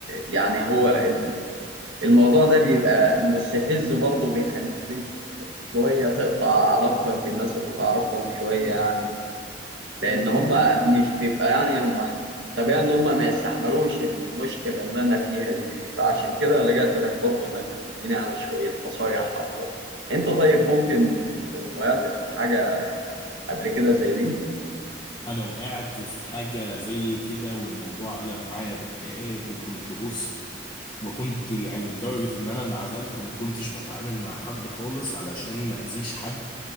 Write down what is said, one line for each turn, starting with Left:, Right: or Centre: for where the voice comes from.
Right: يعني هو ال- الموضوع ده بيبقى مستفز برضه بيخليك شويه تقطع علاقتك بالناس اللي تعرفهم شويه يعني لان هم مش بيبقى يعني هم طبيعي ان هم ما يستحملوش المشكله اللي انا فيها دي, دي فعشان كده لجأت لك برضه انك تديني يعني شويه نصايح اكتر انت طيب ممكن تكون وقعت في حاجه قبل كده زي دي
Left: انا وقعت في حاجة زي كده والموضوع قلب معايا باكتئاب وكنت بص ما كنت يعني لدرجة ان انا انعزلت وما كنتش بتعامل مع حد خالص علشان ما اذيش حد